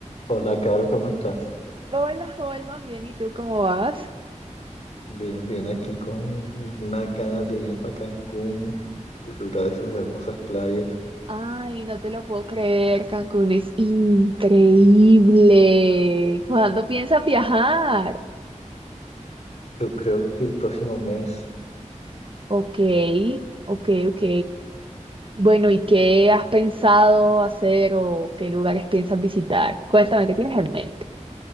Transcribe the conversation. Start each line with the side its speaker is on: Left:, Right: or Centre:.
Left: Hola, Caro, ¿cómo estás?
Right: Hola, Holman, bien, ¿y tú cómo vas?
Left: Bien, bien, aquí con unas ganas de irme para Cancún, disfrutar de sus hermosas playas.
Right: Ay, no te lo puedo creer, Cancún es increíble. ¿Cuándo piensas viajar?
Left: Yo creo que el próximo mes,
Right: Ok, ok, ok. Bueno, ¿y qué has pensado hacer o qué lugares piensas visitar? Cuéntame, ¿qué tienes en mente?